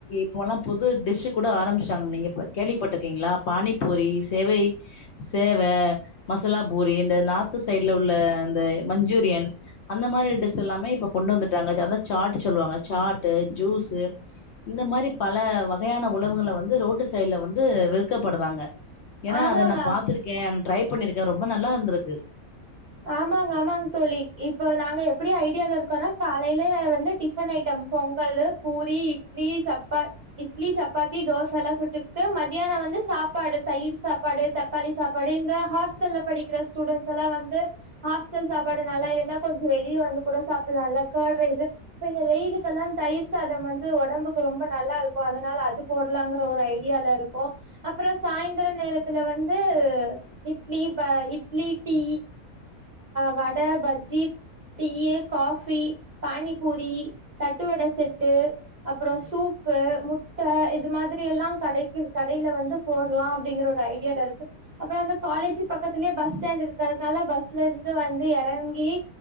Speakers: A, on the left; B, on the right.
A: இப்போல்லாம் புது டிஷ்ஷு கூட ஆரம்பிச்சாங்க நீங்கள் இப்போ கேள்விப்பட்டிருக்கீங்களா பானிப்பூரி சேவை சேவை மசாலா பூரி இந்த நார்த்து சைடில் உள்ள இந்த மஞ்சூரியன் அந்த மாதிரி டிஷஸ் எல்லாமே இப்போ கொண்டு வந்துட்டாங்க அதான் சாட்டு சொல்லுவாங்க சாட்டு ஜூஸு இந்த மாரி பல வகையான உணவுகளை வந்து ரோடு சைடில் வந்து விற்கப்படுறாங்க ஏன்னா
B: ஆமாங்க
A: அத நான்
B: ஆம்
A: பார்த்திருக்கேன் ட்ரை பண்ணிருக்கேன் ரொம்ப நல்லா இருந்திருக்கு
B: ஆமாங்க ஆமாங்க தோழி இப்போ நாங்க எப்படி ஐடியால இருக்கோம்னா காலையில வந்து டிஃபன் ஐட்டம் பொங்கல் பூரி இட்லி சப்பா இட்லி சப்பாத்தி தோசை எல்லாம் சுட்டுக்கிட்டு மத்தியானம் வந்து சாப்பாடு தயிர் சாப்பாடு தக்காளி சாப்பாடு இந்த ஹாஸ்டல்ல படிக்கிற ஸ்டூடெண்ட்ஸ் எல்லாம் வந்து ஹாஸ்டல் சாப்பாடு நல்லா இல்லைன்னா கொஞ்சம் வெளியே வந்து கூட சாப்பிடல்லா கர்ட் ரைஸ் இப்போ வெயிலுக்குெல்லாம் தயிர் சாதம் வந்து உடம்புக்கு ரொம்ப நல்லா இருக்கும் அதனால அது போடலாங்கிற ஒரு ஐடியாலால இருக்கும் அப்புறம் சாய்ந்திரம் நேரத்துல வந்து இட்லி ப இட்லி டீ வடை பஜ்ஜி டீய காபி பானிபூரி தட்டுவடை செட்டு அப்புறம் சூப்பு முட்டை இது மாதிரி எல்லாம் கடை கடையில வந்து போடலாம் அப்படிங்கற ஒரு ஐடியால இருக்கு அப்புறம் அந்த காலேஜ் பக்கத்திலயே பஸ் ஸாண்ட் இருக்கிறதுனால பஸ் ல இருந்து வந்து இறங்கி்